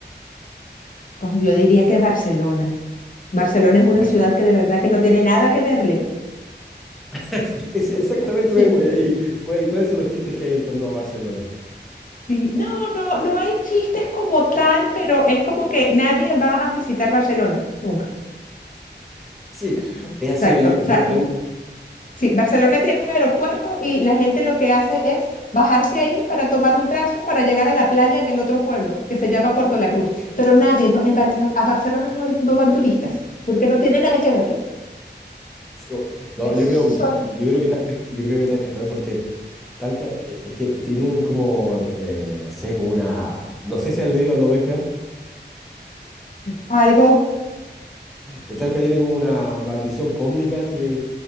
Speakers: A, on the left; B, in the centre.
A: como yo diría que Barcelona. Barcelona es una
B: En Barce-
A: ciudad que de verdad que no tiene nada que verle.
B: <laughs> Es exactamente
A: <laughs> Sí,
B: lo mismo. ¿Y, y cu- y cuáles son los chistes que hay en torno a Barcelona?
A: sí. No, no, no hay chistes como tal, pero es como que nadie va a visitar Barcelona, nunca.
B: Sí, es
A: Exacto.
B: así.
A: O
B: yo- nosotros
A: sea,
B: tenemos,
A: Sí, Barcelona tiene un aeropuerto y la gente lo que hace es bajarse ahí para tomar un transfer para llegar a la playa en el otro pueblo, que se llama Puerto La Cruz. Pero nadie, no, en Bar- en- a Barcelona no, hay, no van turistas, porque no tiene nada que verle.
B: Sí, o- No,
A: Es
B: yo
A: solo
B: creo, que- que- yo creo que Talca, yo creo que Talca es peor porque Talca eh, es que tiene un como, eh, no sé, como una, no sé si han leído a Lovecraft,
A: algo,
B: eh, Talca tiene como una maldición cósmica que,